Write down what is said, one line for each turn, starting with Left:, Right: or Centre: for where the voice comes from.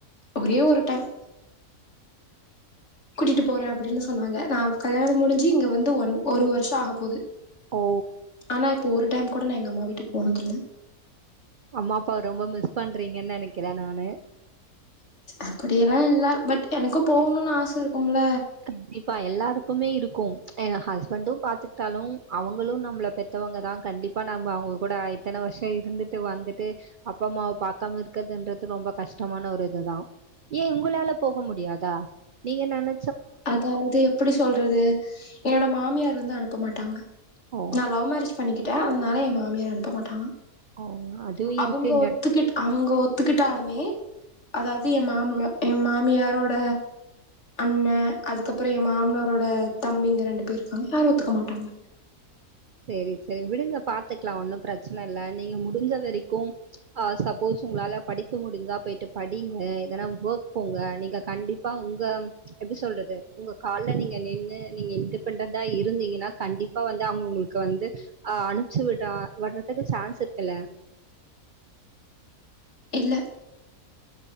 Left: ஒரே ஒரு டைம் கூட்டிட்டு போறேன் அப்படின் சொன்னாங்க நான் கல்யாணம் முடிஞ்சு இங்க வந்து ஒன் ஒரு வருஷம் ஆகப்போது
Right: ஓ
Left: ஆனா இப்போ ஒரு டைம் கூட நான் எங்க அம்மா வீட்டுக்கு போனது இல்ல
Right: அம்மா அப்பாவ ரொம்ப மிஸ் பண்றீங்கன்னு நெனைக்கிறேன் நானு
Left: அப்படியெல்லாம் இல்ல பட் எனக்கும் போகணுன் ஆச இருக்கும்ல
Right: கண்டிப்பா எல்லாருக்குமே இருக்கும் ஆ ஹஸ்பண்டும் பாத்துக்கிட்டாலும் அவங்களும் நம்பள பெத் துவங்கராங் கண்டிப்பா நம்ம அவங்க கூட இத்தன வருஷம் இருந்துட்டு வந்துட்டு அப்பா அம்மாவ பாக்காமருக்கிறதுன்றது ரொம்ப கஷ்டமான ஒரு இதுதான் ஏ உங்களால போக முடியாதா நீங்க நென
Left: அதாவது எப்டி சொல்றது என்னோட மாமியார் வந்து அனுப்ப மாட்டாங்க
Right: ஓ!
Left: நான் லவ் மேரேஜ் பண்ணிக்கிட்டா அதனால என் மாமியார் அனுப்ப மாட்டாங்க
Right: ஓ! அதுவும்
Left: அவங்க
Right: இருக்குங்க.
Left: ஒத்துக்கிட் அவங்க ஒத்துக்கிட்டாலுமே அதாவது எ மாம்ம எ மாமியாரோட அண்ண அதுக்கப்புறோம் எ மாமனாரோட தம்பிங்க ரெண்டு பேரும் இருக்காங்க யாரும் ஒத்துக்க மாட்டாங்க
Right: செரி செரி விடுங்க பாத்துக்கலாம் ஒன்னும் பெரச்சன இல்ல நீங்க முடிஞ்ச வெரைக்கு ஆ சப்போஸ் உங்களால படிக்க முடிஞ்சா போயிட்டு படிங்க எதனா ஒர்க் போங்க நீங்க கண்டிப் பா உங்க எப்டி சொல்றது உங்க கால்ல நீங்க நின்னு நீங்க இண்டிபென்டெட்டா இருந்தீங்கன்னா கண்டிப்பா வந்து அவுங்க உங்களுக் கு வந்து ஆ அனுப்பிச்சு விடா விட்றதுக்கு சான்ஸ் இருக்குல்ல
Left: இல்ல